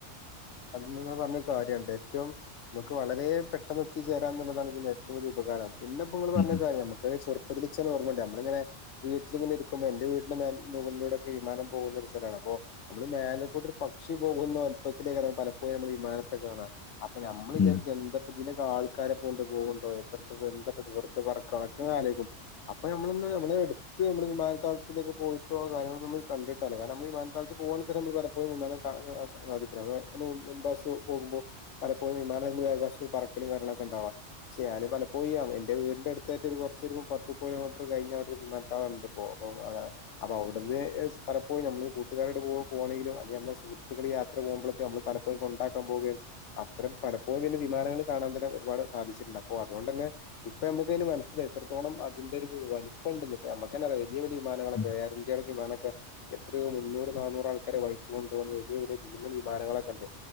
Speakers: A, on the left; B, on the left.
A: അത് നിങ്ങളാ പറഞ്ഞെ കാര്യണ്ട് ഏറ്റവും- നമുക്ക് വളരെ പെട്ടെന്ന് എത്തിച്ചേരാ എന്നുള്ളതാണ് ഇതിന്റെ ഏറ്റവും വലിയ ഉപകാരം പിന്നെ ഇപ്പൊ നിങ്ങള് പറഞ്ഞ
B: ഉം
A: കാര്യം നമ്മക്ക്‌ ചെ വിളിച്ചത് ഓർമ്മയുണ്ട് നമ്മളിങ്ങനെ- വീട്ടിലിങ്ങനെ ഇരിക്കുമ്പോൾ എന്റെ വീട്ടന്റെ മേൽ മുകളിലൂടൊക്കെ വിമാനം പോകുന്ന ഒരു സ്ഥലമാണ് അപ്പൊ- നമ്മള് മേലെക്കൂടൊരു പക്ഷി പോകുന്ന വലിപ്പത്ത - ലെയ് <unintelligible> കാരം പലപ്പോഴും നമ്മള് വിമാനത്തെ കാണാ അപ്പൊ ഞമ്മള് വിചാരിക്കും
B: ഉം
A: എന്താ - ഇതിനൊക്കെ ആൾക്കാരെ കൊണ്ട് പോവുമ്പേ പെട്ടന്ന് എന്താ ഇപ്പ വെറുത പറക്കക്കെണെന്ന് ഞാൻ ആലോചിക്കും അപ്പൊ നമ്മലിന്ന് എടുത്ത് മ്മള് വിമാനത്താവളത്തിലൊക്കെ പോയിട്ടോ കാര്യങ്ങള് നമ്മള് കണ്ടിട്ട്- രണം നമ്മൾ വിമാനതാവളത്തിൽ പോവണിതരം ഇടക്കൊ വിമാനകാണാൻ സാധി <unintelligible> പോകുമ്പോൾ പലപ്പോഴും വിമാനാകാശ പറക്കലും കാര്യങ്ങളൊക്കെ ഉണ്ടാവാം ഞാന് പലപ്പോയാണ് എന്റെ വീടിന്റെ അടുത്തായിട്ട് ഒരു കൊറച്ചൊരു പത്തുംപത് കിലോമീറ്ററ് കയിഞ്ഞ ആ ണ്ട് പോം പോം അത അപ്പൊ അവിടുന്ന് യെസ് പലപ്പോ നമ്മള് കൂട്ടുകാരോട് പോണെങ്കിലോ അല്ലെ മ്മള സുഹൃത്തുക്കള് യാ ക്കള് പോമ്പളൊക്കെ മ്മള് പലപ്പോഴും കൊണ്ടാക്കൻ പോകാണ് അത്തരം പലപ്പോഴും പിന്നെ വിമാനങ്ങൾ കാണാൻ തന്നെ ഒരുപാട് സാധിച്ചിണ്ട് അപ്പോ അതോണ്ടന്നെ ഇപ്പൊ മ്മക്കന്നെ മനസ്സിലായി എത്രത്തോളം അതിന്റെ ഒരു വലിപ്പണ്ട് നമ്മക്കന്നെ അ വലിയ വലിയ വിമാനങ്ങളൊക്കെ
B: ഉം
A: എയർ ഇന്ത്യുടെ വിമാനമൊക്കെ എത്രയോ മുന്നൂറ് നന്നൂറ് ആൾക്കാര വഹിച്ചു കൊണ്ടപോകുന്ന് വെല്യ വെല്യ ഭീമൻ വിമാനങ്ങളൊക്കണ്ട്